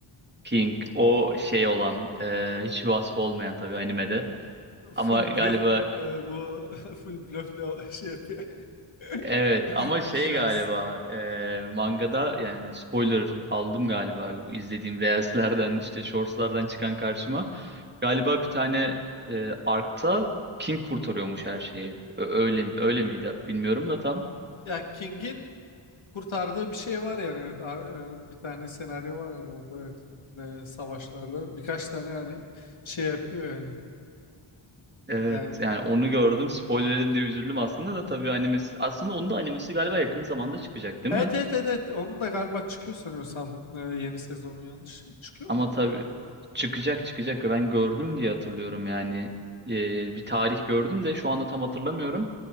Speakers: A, on the right (about 20°); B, on the left (about 65°).
A: King o şey olan e, hiç vasfı olmayan tabii animede. Ama
B: Full
A: galiba
B: bluff e, bu <laughs> full bluffle o şey yapıyor. <laughs>
A: Evet ama şey
B: Şans.
A: galiba e, mangada yani spoiler aldım galiba izlediğim reelslerden işte shortslardan çıkan karşıma. Galiba bir tane e, Ark'ta King kurtarıyormuş her şeyi. Ö- Öyle öyle miydi bilmiyorum da tam.
B: Ya King'in kurtardığı bir şey var yani evet. Ar- e, Bir tane senaryo var yani orada evet. E, savaşlarda birkaç tane hani şey yapıyor yani.
A: Evet
B: E,
A: yani
B: o...
A: onu gördüm spoiler yedim diye üzüldüm aslında da tabii animesi aslında onun da animesi galiba yakın zamanda çıkacak değil
B: Evet
A: mi?
B: evet evet evet. Onun da galiba çıkıyor sanıyorsam e, yeni sezonu yanlış. Çıkıyor
A: Ama
B: muydu
A: tabii
B: ya?
A: çıkacak çıkacak ve ben gördüm diye hatırlıyorum yani Ee, bir tarih gördüm de şu anda tam hatırlamıyorum.